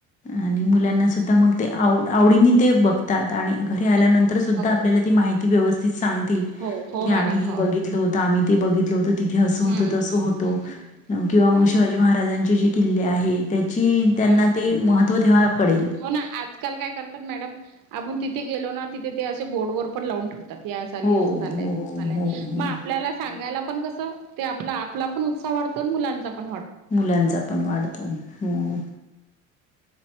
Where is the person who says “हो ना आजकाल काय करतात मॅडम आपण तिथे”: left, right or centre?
Right